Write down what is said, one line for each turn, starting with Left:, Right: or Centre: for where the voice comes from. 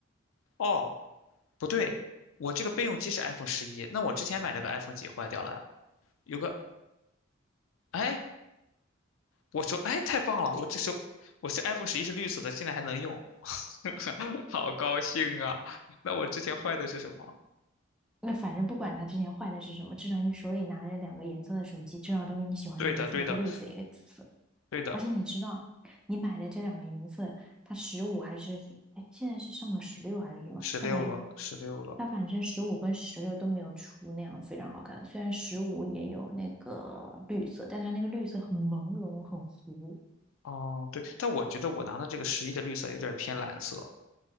Left: 哦，不对，我这个备用机是 iPhone 十一，那我之前买那个 iPhone 几坏掉了呀？有个，哎，我手，哎，太棒了，我这手，我是 iPhone 十一是绿色的，现在还能用，<laughs> 好高兴啊！那我之前坏的是什么？
Centre: 那反正不管它之前坏的是什么，至少你手里拿着两个颜色的手机，至少都是你喜欢的颜色，
Left: 对的，对的，
Centre: 一个绿色，一个紫色。
Left: 对的，
Centre: 而且你知道，你买的这两个颜色，它十五还是哎，现在是上了十六还是什么？
Left: 十六了，
Centre: 它反正
Left: 十六了。
Centre: 它反正十五跟十六都没有出那样非常好看的。虽然十五也有那个绿色，但它那个绿色很朦胧，很糊
Left: 哦，对，但我觉得我拿的这个十一的绿色有点偏蓝色。